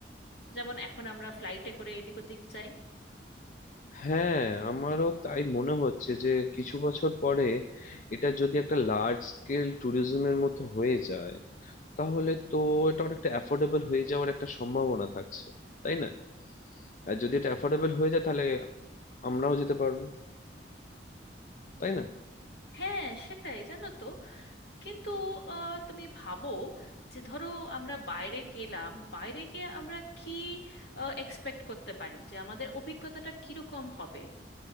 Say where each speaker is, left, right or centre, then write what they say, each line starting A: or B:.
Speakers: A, on the left (about 65°); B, on the left (about 45°).
A: যেমন এখন আমরা ফ্লাইটে করে এদিক ওদিক যাই
B: হ্যাঁ আমারও তাই মনে হচ্ছে যে কিছু বছর পরে এটা যদি একটা লার্জ স্কেল ট্যুরিজমের মতো হয়ে যায় তাহলে তো এটা অনেকটা অ্যাফোর্ডেবল হয়ে যাওয়ার একটা সম্ভাবনা থাকছে তাই না আর যদি এটা অ্যাফোর্ডেবল হয়ে যায় তাহলে আমরাও যেতে পারবো তাই না
A: হ্যাঁ সেটাই জানো তো কিন্তু আহ, তুমি ভাবো যে ধরো আমরা বাইরে গেলাম বাইরে গিয়ে আমরা কি এক্সপেক্ট করতে পারি যে আমাদের অভিজ্ঞতাটা কিরকম হবে